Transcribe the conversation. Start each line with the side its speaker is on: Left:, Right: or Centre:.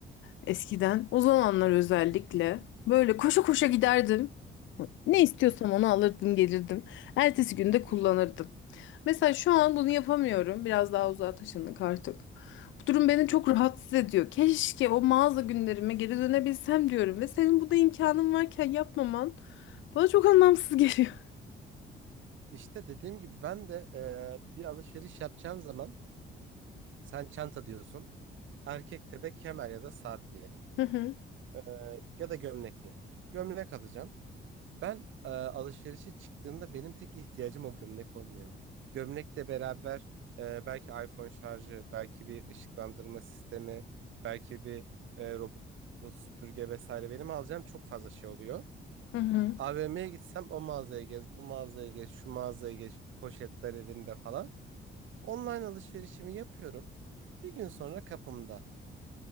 Left: eskiden. O zamanlar özellikle böyle koşa koşa
Right: Hı
Left: giderdim.
Right: hı.
Left: Ne istiyorsam
Right: Hı hı.
Left: onu alırdım gelirdim. Ertesi günde
Right: Hı hı. Hı
Left: kullanırdım.
Right: hı.
Left: Mesela şu an bunu yapamıyorum. Biraz daha uzağa taşındık artık. Bu durum beni
Right: Hı
Left: çok
Right: hı.
Left: rahatsız ediyor. Keşke o mağaza günlerime geri dönebilsem diyorum. Ve senin bu da imkanın varken yapmaman bana çok anlamsız geliyor.
Right: İşte dediğim gibi ben de e, bir alışveriş yapacağım zaman sen çanta diyorsun. Erkekte de kemer ya da saat diyelim.
Left: Hı hı.
Right: Ee, ya da gömlek diyelim. Gömlek alacağım. Ben e, alışverişe çıktığımda benim tek ihtiyacım o gömlek olmuyor. Gömlekle beraber e, belki iPhone şarjı, belki bir ışıklandırma sistemi, belki bir e, robot süpürge vesaire benim alacağım çok fazla şey oluyor.
Left: Hı hı.
Right: AVM'ye gitsem o mağazaya gez, bu mağazaya gez, şu mağazaya gez, poşetler elinde falan. Online alışverişimi yapıyorum. Bir gün sonra kapımda.